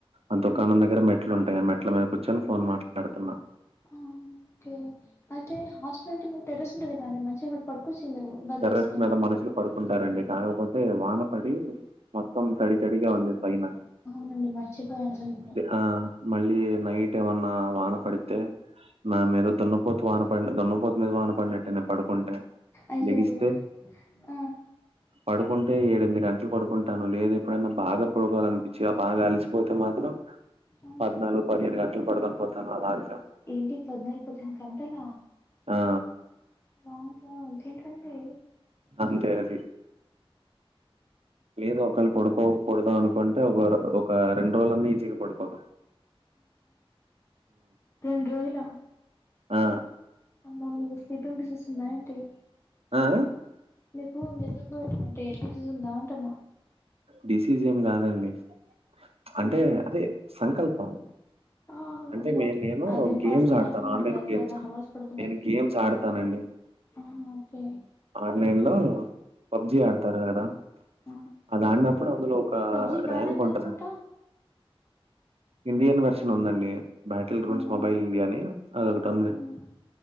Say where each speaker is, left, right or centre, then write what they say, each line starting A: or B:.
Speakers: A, on the right (about 80°); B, on the left (about 25°).
A: అ
B: ఉమ్
A: దుకాణం దగ్గర మెట్లుంటాయి ఆ మెట్ల మీద కూర్చొని ఫోన్ మాట్లాడుతున్న
B: ఆ ఓకే అయితే హాస్టల్ అంటే మీకు టెర్రెస్ ఉంటది కదండి మంచిగాక్కడ పడుకొచ్చు మీరు గద్దె
A: టెర్రస్
B: వేసుకొని
A: మీద మనుషులు పడుకుంటారండి కాకపోతే వాన పడి మొత్తం తడి తడిగా ఉంది పైనా
B: హు మర్చిపోయాను <unintelligible>
A: ఆ మళ్ళీ నైట్ ఏమన్న వాన పడితే నా మీద దున్నపోతు వాన పడి దున్నపోతు మీద వాన పడినట్టే నేను పడుకుంటే
B: అయ్యో
A: లెగిస్తే
B: అయ్యో ఆ
A: పడుకుంటే ఏడు ఎనిమిది గంటలు పడుకుంటాను లేద ఎప్పుడైన్నా బాగా పడుకోవి అనిపించి ఆ బాగా అలిసిపో పోతే మాత్రం
B: ఆ!
A: పద్నాలుగు పదిహేను గంటలు పడకుని పోతాను అలాగ
B: ఏంటి పద్నాలుగు పద్దహెను గంటల
A: ఆ
B: ఆ ఆ ఒకే అండి
A: అంతే అది లేదు ఒకేళ పడిపోవు పొడదాం అనుకుంటే ఒక ఒక రెండు రోజులన్నీ ఈజీగా పడిపోదాం
B: రెండు రోజుల
A: ఆ!
B: అబ్బా మీకు స్లీపింగ్ డిసీస్ ఉందా ఏంటీ
A: ఆ
B: <unintelligible>
A: డిసీజ్ ఏం కాదండి అంటే
B: ఆహా
A: అదే సంకల్పం
B: ఆ
A: అంటేే
B: అబ్బా
A: నేను
B: అదేం పాడు
A: గేమ్స్
B: సంకల్పం
A: ఆడతాను ఆన్లైన్
B: అండి అందాక
A: గేమ్స్
B: హవర్స్ పడుతున్నది
A: నేను గేమ్స్ ఆడతానండి
B: ఆ ఒకే
A: ఆన్లైన్ లో పబ్జి ఆడతారు కదా
B: ఆ
A: అది ఆడినప్పుడు అందులో ఒక
B: పబ్జి బ్యాన్
A: ర్యాం <unintelligible>
B: అయింది
A: ఉంటద
B: అనుకుంటా
A: ఇండియన్ వర్షన్ ఉందండి. బ్యాటిల్ గ్రౌండ్స్
B: అవునా
A: మొబైల్ ఇండియాని, అదొకటుంది
B: ఉమ్,